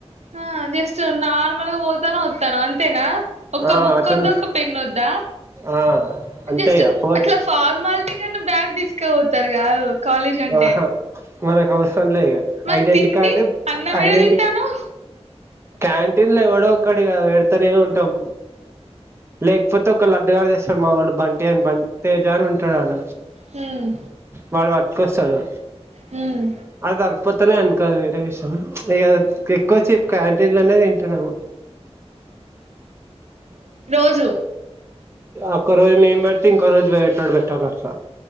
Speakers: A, on the right (about 75°); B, on the right (about 20°).
A: ఆ జస్ట్ నార్మల్గా పోతనవ్ వత్తనవు అంతేనా ఒక్క
B: ఆ
A: బుక్కోద్దు
B: అటెండ్
A: ఒక పెన్ వద్దా
B: ఆ అంతే
A: జస్ట్
B: ఇగ పోత్
A: అట్లా ఫార్మాలిటీ కన్నా బ్యాగ్ తీసుక పోతరుగాదు కాలేజ్ అంటే
B: ఆహా మనకు అవసరం లేదు ఇక
A: మరి
B: ఐడెంటి
A: తిండి
B: కార్డు
A: అన్నం ఏడ
B: ఐడెంటి
A: తింటానవ్
B: క్యాంటీన్ లో ఎవడో ఒక్కడి ఈగ పెడతనే ఉంటాం లేక్ కాపోతే ఒక్క లడ్డుగాడు తెస్తడు మావాడు బంటి అని బ తేజ అని ఉంటడాడ
A: హ్మ్
B: వాడు వట్ కొస్తడు
A: హ్మ్
B: అది సర్పోతలే అనుకో అది వేరే విషయం ఇగ ఎక్కువసేపు క్యాంటీన్లోనే తింటున్నము
A: రోజు
B: ఒక్క రోజు నేను పడితే ఇంకో రోజు వేరేటోడు పెట్టాలట్ల